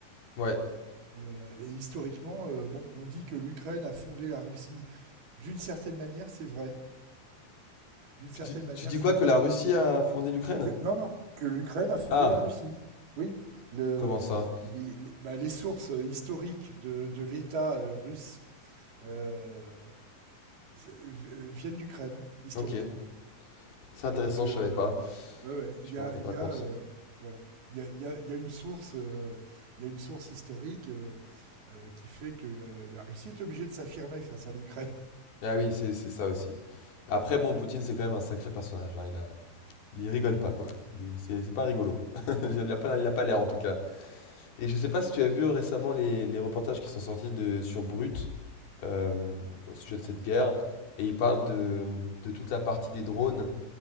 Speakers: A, on the left; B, on the right.
A: Ouais.
B: Euh, et historiquement, euh, bon, on dit que l'Ukraine a fondé la Russie. D'une certaine manière, c'est vrai. D'une certaine
A: Tu dis
B: manière,
A: tu dis
B: c'est
A: quoi?
B: vrai.
A: Que la Russie a fondé l'Ukraine?
B: Que- non, non, que l'Ukraine a fondé
A: Ah!
B: la Russie. Oui, le,
A: Comment ça?
B: les, les- bah, les sources euh, historiques de, de l'État euh, russe euh, euh, viennent d'Ukraine, historiquement.
A: OK. C'est intéressant,
B: Donc, euh,
A: je savais pas.
B: ouais, ouais,
A: Je
B: il y
A: me
B: a,
A: rendais
B: il
A: pas
B: y
A: compte.
B: a euh, voilà. Il y, a, il, y a, il y a, une source, euh, il y a une source historique euh, euh, qui fait que la, la, Russie est obligée de s'affirmer face à l'Ukraine.
A: Ah oui, c'est c'est ça aussi. Après bon, Poutine, c'est quand même un sacré personnage, hein. Il a il rigole pas, quoi. Il c'est c'est pas rigolo. <laughs> Il a pas il a pas l'air en tout cas. Et je sais pas si tu as vu récemment les, les reportages qui sont sortis de, sur Brut euh, au sujet de cette guerre. Et ils parlent de, de toute la partie des drones